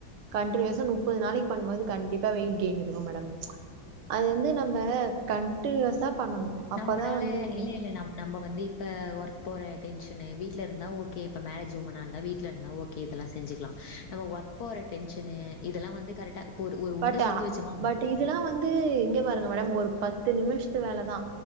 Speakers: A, on the right; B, on the left.
A: கண்டினியூவஸா முப்பது நாளைக்கு பண்ணும்போது கண்டிப்பா வெயிட் கெயின் இருக்கு மேடம் அது வந்து நம்ப கன்டினியூவஸா பண்ணணு
B: நம்மளால
A: அப்பதா வந்து
B: இல்ல இல்ல நம் நம்ப வந்து இப் இப்ப ஒர்க் போற டென்ஷனு வீட்டுல இருந்தா ஓகே இப்ப மேரஜ் உமனா இருந்தா வீட்டுல இருந்தா ஓக் இதெல்லா செஞ்சுக்லா நம்ம ஒர்க் போர டென்ஷனு இதெல்லா வந்து கரெக்டா இப்போ ஒரு ஒரு உருண்ட
A: பட்
B: செஞ்சு
A: ஆ
B: வச்சோமா
A: பட் இ இதெல்லா வந்து இங்க பாருங்க மேடம் ஒரு பத்து நிமிஷத்து வேலதா